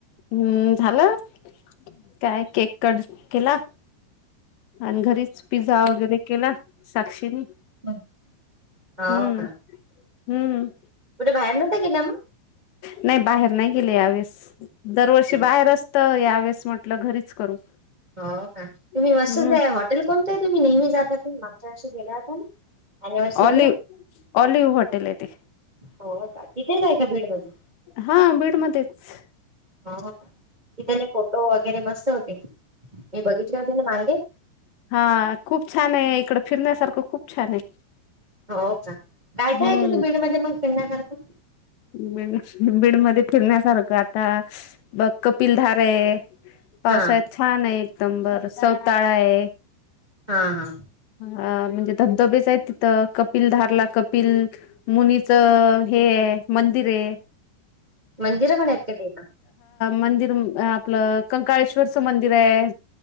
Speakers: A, on the left; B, on the right.
A: हम्म झालं काय केक कट केला आणि घरीच पिझ्झा वगैरे केला साक्षीने
B: ह हा
A: हम्म
B: का
A: हम्म
B: कुठे बाहेर नव्हता गेला मग
A: नाही बाहेर नाही गेले यावेळेस दरवर्षी
B: मग
A: बाहेर असत यावेस म्हट घरीच करू
B: हो का तुम्ही मस्त
A: हम्म
B: हॉटेल कोणत आहे तुम्ही नेहमी जातात मागच्या वर्षी गेल्या होता ना अनिव्हर्सरीला
A: ऑलिव ऑलिव होॉटेल य ते
B: हो का तिथेचय का बीड मध्ये
A: हा बीड मध्येच
B: ह त त्याने फोटो वगैरे मस्त होते मी बघितले होते ना मागे
A: हा खूप छान आहे इकड फिरण्यासारखं खूप छान आहे
B: हो का काय
A: हम्म
B: काय त तू बीड मध्ये मग फिरण्याकरख
A: बीड मध्ये फिरण्यासारखं आता बघ कपिलधारे पावसाळ्यात
B: हा
A: छान आहे एकदम बर सवताळा आहे
B: हा हा
A: अ म्हणजे धबधबेच आहे तिथं कपिल धारला कपिल मुनीच हे मंदिरे
B: मंदिर पण आहेत कधी आथ
A: मंदिर आपलं कंकाळेश्वरच मंदिर आहे